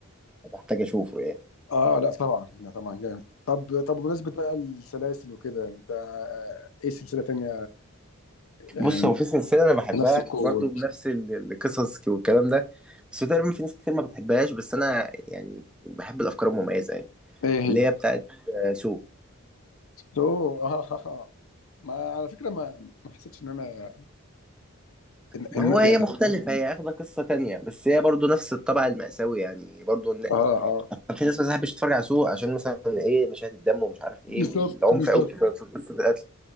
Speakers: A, in the centre; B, on the left (about 70°).
A: بحتاج اشوفه يعني
B: اه لا طبعا لا طبعا جامد طب طب بمناسبة بقى السلاسل وكده انت آه، ايه سلسلة تانية آه،
A: بص هو في سلسله انا بحبها
B: بنفس القوة
A: برضو بنفس ال- القصص والكلام ده بس هو تقريبا في ناس كتير ما بتحبهاش بس انا يعني بحب الافكار المميزه يعني
B: ايه هي
A: اللي هي بتاعت آه، سو
B: تو اه آه، آه. <laughs> ما على فكره ما ما حسيتش ان انا إن
A: ما
B: إن
A: هو هي
B: يعني
A: مختلفة هي اخدة قصة تانية بس هي برضو نفس الطبع المأساوي يعني برضو إن-
B: اه اه
A: كان في ناس ما تحبش تتفرج على سوق عشان مثلا ايه مشاهد الدم ومش عارف ايه
B: بالظبط
A: والعنف
B: بالظبط
A: قوي في في قصة القتل